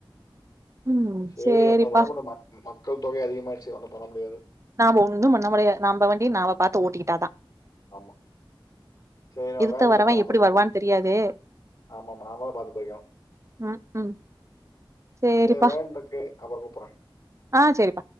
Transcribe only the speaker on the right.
ம்
சேரிப்பா
நாம ஒன்னும் பண்ண முடியாது நம்ப வண்டிய நாம பாத்து ஓட்டிக்கிட் டா தா
எதுத்த
வரவ
எப்டி
வருவான்னு தெரியாது
ம் ம் சேரிப்பா
ஆ சேரிப்பா